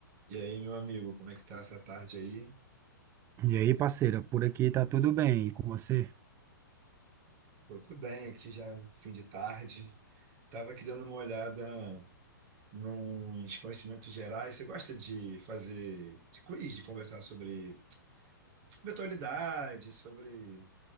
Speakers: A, on the right; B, on the right.
A: E aí, meu amigo, como é que tá essa tarde aí?
B: E aí, parceira, por aqui tá tudo bem, e com você?
A: Pô, tô bem aqui já, fim de tarde. Tava aqui dando uma olhada nos conhecimentos gerais. Você gosta de fazer de quiz, de conversar sobre sobre atualidade, sobre